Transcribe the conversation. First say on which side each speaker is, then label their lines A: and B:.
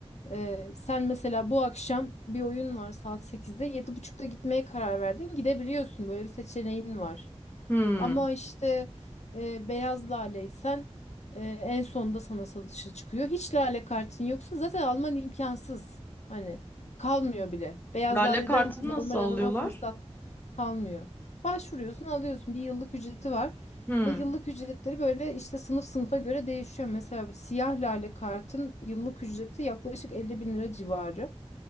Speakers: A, on the left (about 85°); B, on the left (about 15°).
A: ee, sen mesela bu akşam bir oyun var saat sekizde yedi buçukta gitmeye karar verdin. Gidebiliyorsun. Böyle bir seçeneğin var.
B: Hmm.
A: Ama işte e, beyaz laleysen e, en sonunda sana satışa çıkıyor. Hiç lale kartın yoksa zaten alman imkansız. Hani kalmıyor bile. Beyaz
B: Lale
A: laleden
B: kartını
A: normal
B: nasıl alıyorlar?
A: adama fırsat kalmıyor. Başvuruyorsun, alıyorsun. Bir yıllık ücreti var.
B: Hmm.
A: Ve yıllık ücretleri böyle işte sınıf sınıfa göre değişiyor. Mesela siyah lale kartın yıllık ücreti yaklaşık 50 bin lira civarı.